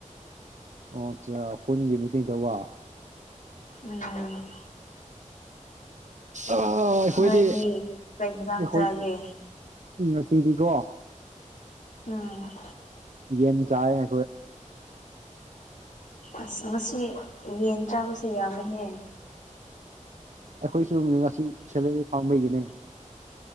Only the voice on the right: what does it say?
ꯑꯣ ꯑꯆꯥ ꯈꯨꯟꯒꯤ ꯃꯤꯇꯤꯡ ꯇꯧꯕ
ꯑꯥ ꯑꯩꯈꯣꯏꯗꯤ
ꯑꯩꯈꯣꯏꯗꯤ
ꯉꯁꯤꯗꯤꯀꯣ
ꯌꯦꯟ ꯆꯥꯏꯌꯦ
ꯑꯩꯈꯣꯏ ꯉꯁꯤ ꯁꯦꯂꯔꯤ ꯄꯥꯝꯕꯩꯒꯤꯅꯦ